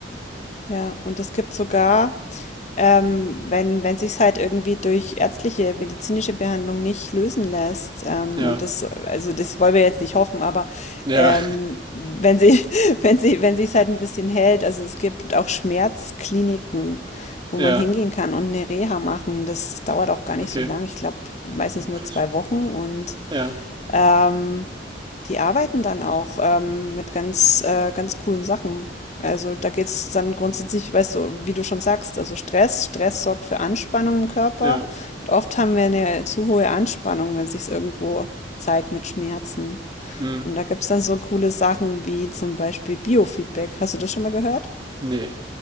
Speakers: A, on the left; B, on the right.
A: Ja, und es gibt sogar. Ähm, wenn wenn sich's halt irgendwie durch ärztliche, medizinische Behandlung nicht lösen lässt, ähm,
B: Ja,
A: und das, also das wollen wir jetzt nicht hoffen, aber
B: ja,
A: ähm, wenn sie, <laughs> wenn sie, wenn sich's halt ein bisschen hält, also es gibt auch Schmerzkliniken, wo
B: ja,
A: man hingehen kann und eine Reha machen. Das dauert auch gar nicht
B: okay.
A: so lang. Ich glaube meistens
B: Ja,
A: nur
B: Krass.
A: zwei Wochen und
B: Ja,
A: ähm, die arbeiten dann auch ähm, mit ganz, äh, ganz coolen Sachen. Also da geht es dann grundsätzlich, weißt du, wie du schon sagst, also Stress, Stress sorgt für Anspannung im Körper.
B: ja.
A: Und oft haben wir eine zu hohe Anspannung, wenn sich's irgendwo zeigt mit Schmerzen.
B: Hm.
A: Und da gibt es dann so coole Sachen wie zum Beispiel Biofeedback. Hast du das schon mal gehört?
B: Nee.